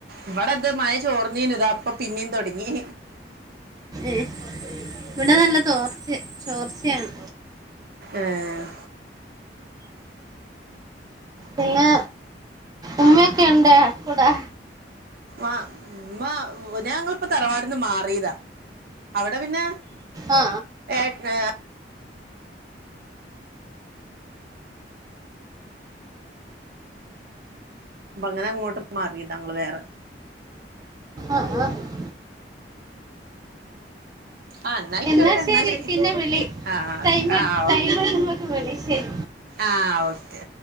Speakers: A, on the right; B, on the right.
A: ഇവിടെത് മഴ ചോർന്നീന്നു ഇപ്പൊ ഇതാ പിന്നേം തൊടങ്ങി.
B: ഏഹ്, ഇവിടെ നല്ല തോർച്ച ചോർച്ചയാണ്
A: ഏഹ്
B: പിന്നെ ഉമ്മയൊക്കെ ഇണ്ടെ കൂടെ?
A: ആഹ് ഉമ്മ ഇത് ഞങ്ങളിപ്പോ തറവാടീന്ന് മാറിയതാ അവിടെ പിന്നെ
B: ആ
A: ഏട്ട് <unintelligible> <unintelligible> അങ്ങനെ ഇങ്ങോട്ട് മാറിയതാ ഞങ്ങള് വേറെ
B: ആഹ് ആഹ്
A: ആഹ് ഇന്നായിക്കോട്ടെ
B: എന്നാ
A: ഇന്നാ ശരി
B: പിന്നെ വിളി
A: ആഹ്
B: ടൈം
A: ആഹ് ക്
B: ടൈം
A: ഓക്കെ
B: വരുമ്പോഴൊക്കെ വിളി ശരി
A: ആഹ് ഓക്കേ